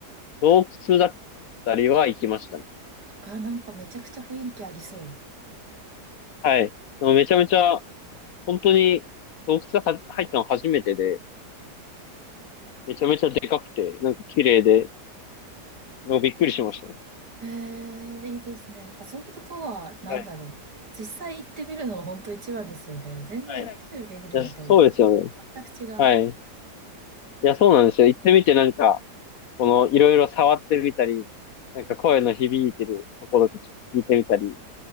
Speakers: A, on the left; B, on the right.
A: 洞窟だったりは行きましたね。
B: あ、なんかめちゃくちゃ雰囲気ありそう。
A: はい。でもめちゃめちゃ、本当に洞窟がは入ったの初めてで、めちゃめちゃでかくて、なんか綺麗で、なんかびっくりしましたね。
B: ええいいですね。やっぱそういうとこは、なんだろう。
A: はい。
B: 実際行ってみるのは本当一番ですよね。全然テレビで見るのと
A: はい。いや、そうですよね。
B: 全く違う。
A: はい。いや、そうなんですよ。行ってみてなんか、このいろいろ触ってみたり、なんか声の響いてるところとか聞いてみたり、